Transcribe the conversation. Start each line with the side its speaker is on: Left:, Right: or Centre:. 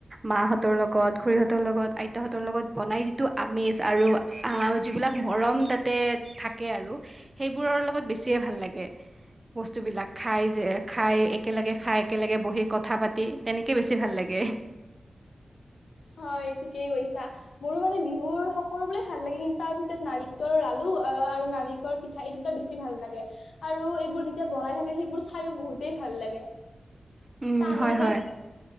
Right: মাহঁতৰ লগত, খুৰীহঁতৰ লগত, আইতাহতৰ লগত, বনাই যিটো আমেজ আৰু আহ যিবিলাক মৰম তাতে থাকে। আৰু সেইবোৰৰ লগত বেছিয়ে ভাল লাগে, বস্তুবিলাক খাই যে খাই একেলগে খাই একেলগে বহি কথা পাতি তেনেকে বেছি ভাল লাগে।
Left: হয় ঠিকেই কৈছা মোৰো মানে বিহুৰ কৰ ভাল লাগে কিন্তু তাৰ ভিতৰত নাৰিকলৰ আলু আহ আৰু নাৰিকলৰ পিঠা এই দুটা বেছি ভাল লাগে। আৰু এইবোৰ যেতিয়া বনাই থাকে সেইবোৰ চাইও বহুতেই ভাল লাগে।
Right: উম,
Left: ত আনন্দ
Right: হয়, হয়।